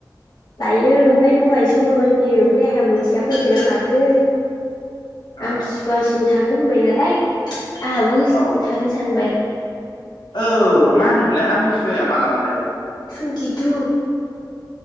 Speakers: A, on the left; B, on the left.
A: लायो ओमफ्राय दहायसो हरबाय बियो ओमफ्राय आंहा मोनथिया फैखोना माखो
B: आ
A: आमथिसुवासिम था नों होनबाय नालाय आंहाबो
B: औ
A: थागोन सानबाय।
B: औ मा होनोमोनलाय आमथिसुवाया माला मोनलाय?
A: टुइन्टिटु